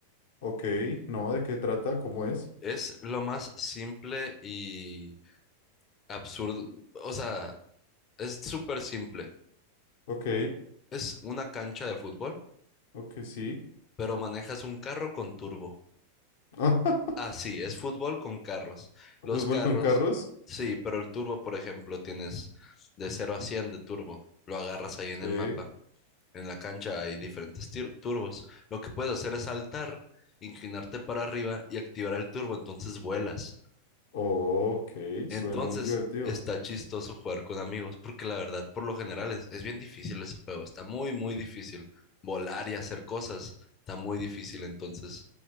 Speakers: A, on the left; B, on the left.
A: Ok, no, ¿de qué trata? ¿Cómo es?
B: es lo más simple y absurdo, o sea, es súper simple.
A: Ok,
B: Es una cancha de fútbol,
A: ok, sí.
B: pero manejas un carro con turbo.
A: <laughs>
B: Ah, sí, es fútbol con carros. Los
A: ¿Fútbol
B: carros,
A: con carros?
B: sí, pero el turbo, por ejemplo, tienes de cero a 100 de turbo. Lo agarras ahí
A: Sí.
B: en el mapa. En la cancha hay diferentes tir- turbos. Lo que puedes hacer es saltar, inclinarte para arriba y activar el turbo. Entonces vuelas.
A: Ok,
B: Entonces
A: suena muy divertido.
B: está chistoso jugar con amigos, porque la verdad, por lo general, es, es bien difícil ese juego. Está muy, muy difícil. Volar y hacer cosas está muy difícil. Entonces,